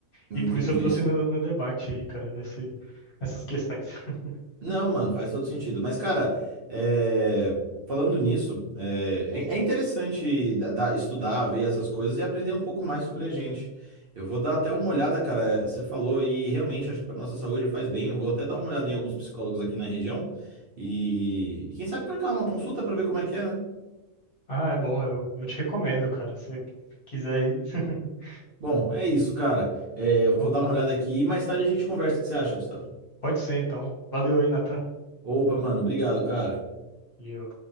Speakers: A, on the right (about 55°); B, on the left (about 50°).
A: entendi
B: E por isso eu trouxe
A: isso.
B: no, no debate aí, cara, nesse, nessas questões. <laughs>
A: Não, mano, faz todo sentido. Mas, cara, é, falando nisso, é, é- é interessante da- da- estudar, ver essas coisas e aprender um pouco mais sobre a gente. Eu vou dar até uma olhada, cara. Você falou e realmente acho que para nossa saúde faz bem. Eu vou até dar uma olhada em alguns psicólogos aqui na região e, e quem sabe marcar uma consulta para ver como é que é, né?
B: Ah, é bom, eu, eu te recomendo, cara, se você quiser ir. <laughs>
A: Bom, é isso, cara. É, eu
B: Então
A: vou
B: tá.
A: dar uma olhada aqui e mais tarde a gente conversa. O que você acha, Gustavo?
B: Pode ser, então. Valeu aí, Natan.
A: Opa, mano, obrigado, cara.
B: Valeu.